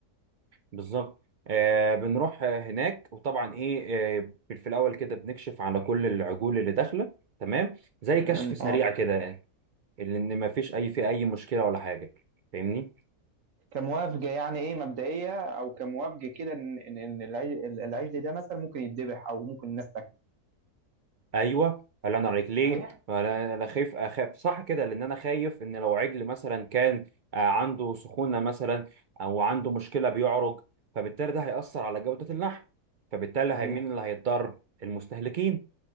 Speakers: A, on the right; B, on the right.
A: بالظبط آه بنروح آه، هناك وطبعا ايه آه في الاول كده بنكشف على كل العجول اللي داخله تمام زي
B: تمام
A: كشف سريع
B: اه
A: كده لان ما فيش اي في اي مشكله ولا حاجه فاهمني
B: كموافجه يعني ايه مبدئيه او كموافجه كده ان ان إن العي- العجل ده مثلا ممكن يتذبح او ممكن الناس تاكله
A: ايوه الله ينور عليك ليه
B: صحيح
A: انا أنا خايف اخاف صح كده لان انا خايف ان لو عجل مثلا كان آه، عنده سخونه مثلا او عنده مشكله بيعرج فبالتالي ده هيأثر على جوده اللحم فبالتالي
B: صحيح
A: هي- مين اللي هيتضرر المستهلكين